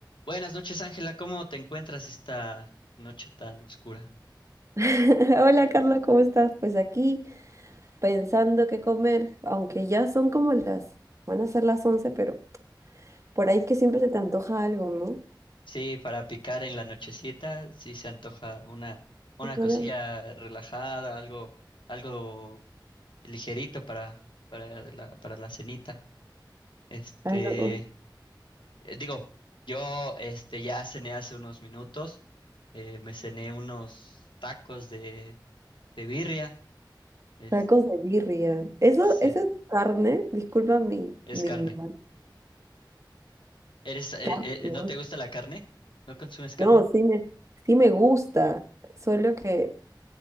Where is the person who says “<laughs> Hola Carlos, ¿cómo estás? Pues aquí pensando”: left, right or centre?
Right